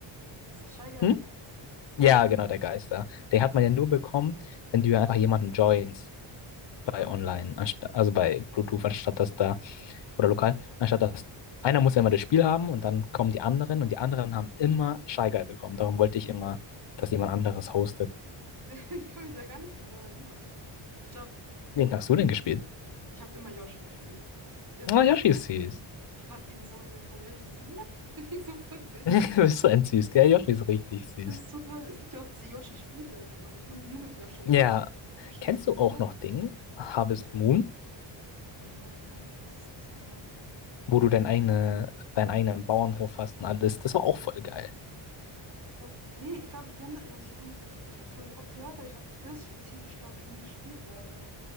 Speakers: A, on the right; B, on the left.
A: Es ist Steiger
B: Hm?
A: der Geist.
B: Ja, genau, der Geister. Den hat man ja nur bekommen, wenn du einfach jemanden joins bei
A: Ah.
B: online,
A: <laughs>
B: ansta- also bei Bluetooth, anstatt dass da, oder lokal, anstatt dass einer muss ja immer das Spiel haben und dann kommen die anderen und die anderen haben immer Shy Guy bekommen. Darum wollte ich immer, dass jemand anderes hostet.
A: Ich kann mich da gar nicht mehr dran erinnern. Ich glaube,
B: Wen
A: ja,
B: hast du denn gespielt?
A: ich habe immer Yoshi gespielt. Immer.
B: Oh Yoshi ist süß. <laughs>
A: Ich fand ihn so süß. Ich fand ihn richtig süß. Lam, Ich finde ihn so putzig.
B: Du bist so ein süß, gell? Yoshi ist richtig süß.
A: Das ist total. Es gibt ja auch diese Yoshi-Spiele, glaube ich. Nur, nur mit Yoshi.
B: Ja.
A: Yoshi's
B: Kennst du
A: Island.
B: auch noch Ding, Harvest Moon,
A: Oh mein Gott, ja, warte, was ist das nochmal?
B: wo du dein eigene, deinen eigenen Bauernhof hast und alles? Das war auch voll geil.
A: Ich glaub, nee, ich glaube, ich kenne das. Also ich kenne das. Ich, ich habe es zwar nicht oft gehört, aber ich habe das spezifisch, glaube ich, nie gespielt, leider.